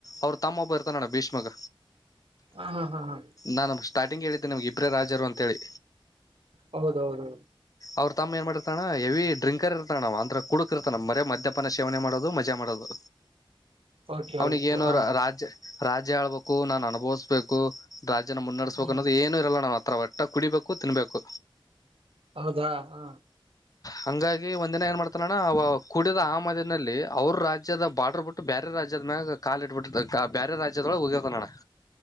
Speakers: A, on the left (about 40°); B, on the right (about 75°).
A: ಅವ್ರ ತಮ್ಮ ಬರ್ತ ನಡ ಭೀಷ್ಮಗ
B: ಹ ಹಾ ಹಾ ಹ
A: ನಾನು ಸ್ಟಾರ್ಟಿಗೆ ಹೇಳಿದ್ದೀನೆ ನಿಮ್ಗೆ ಇಬ್ರ ರಾಜರು ಅಂತೇಳಿ
B: ಹೌದೌದೌದು
A: ಅವ್ರ ತಮ್ಮ ಏನ್ ಮಾಡಿರ್ತಣ ಹೆವಿ ಡ್ರಂಕರ್ ಇರ್ತಣ ಅವ ಅಂದ್ರ ಕುಡ ಕುೃತನ ಮರ ಮದ್ಯಪಾನ ಸೇವನೆ ಮಾಡೋದು ಮಜಾ ಮಾಡೋದು
B: ಓಕೆ
A: ಅವ್ನಿಗೆ
B: ಓಕೆ
A: ಏನೋರು
B: ಹ
A: ರಾಜ್ಯ ರಾಜ್ಯ ಹೇಳ್ಬೇಕು ನಾನ್ ಅನುಭವಿಸ್ಬೇಕು ರಾಜ್ಯನ ಮುನ್ನಡೆಸ್ಬೇಕು
B: ಹ್ಮ್
A: ಅನ್ನೋದು ಏನು ಇಲ್ಲ ನಾನ್ ಹತ್ರ ಬರ್ ಊಟ್ಟ ಕುಡಿಬೇಕು ತಿನ್ಬೇಕು
B: ಹೌದಾ ಹಾ
A: ಹಂಗಾಗಿ ಒಂದಿನ ಏನ್ ಮಾಡ್ತಾನಣ್ಣ ಅವ ಕುಡಿದ ಆಮದಿನಲ್ಲಿ ಅವ್ರ ರಾಜ್ಯದ ಬಾರ್ಡರ್ ಬಿಟ್ಟ ಬೇರೆ ರಾಜ್ಯದನಾಗ ಕಾಲ ಇಟ್ಬಿಟ್ಟ ಬೇರೆ ರಾಜ್ಯದೊಳ ಹೋಗಿರ್ತ ನಡ